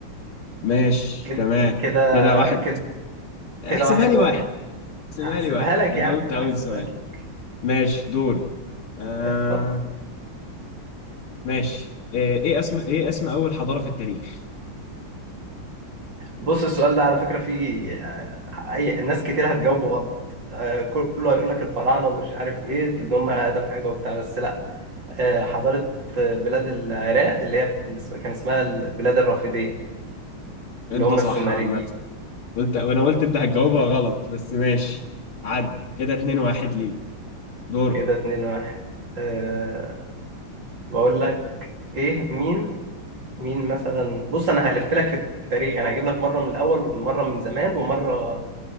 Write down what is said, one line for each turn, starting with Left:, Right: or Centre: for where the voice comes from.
Left: ماشي
Right: كده
Left: تمام
Right: كده
Left: كده واحد
Right: كده
Left: احسبها
Right: كده واحد
Left: لي
Right: واحد
Left: واحد احسبها
Right: هحسبها
Left: لي واحد
Right: لك
Left: أنا
Right: يعني
Left: جاوبت أول
Right: هحسبها
Left: سؤال
Right: لك
Left: ماشي دوري آه
Right: اتفضل
Left: ماشي إيه إيه اسم إيه اسم أول حضارة في التاريخ؟
Right: بص السؤال ده على فكرة فيه آه، أي ناس كتير هتجاوبه غلط آه، كله هيقول لك الفراعنة ومش عارف إيه إن هم أقدم حاجة وبتاع بس لأ آه، حضارة آه، بلاد العراق اللي هي اللي اسم- كان اسمها بلاد الرافدين
Left: أنت
Right: اللي هم
Left: صح
Right: السومريين
Left: عامة قلت وانا قلت انت هتجاوبها غلط بس ماشي عد كده اتنين واحد ليك دورك
Right: كده اتنين واحد أه بقول لك إيه مين مين مثلا بص انا هلف لك في التاريخ يعني هجيب لك مره من الاول مره من زمان ومره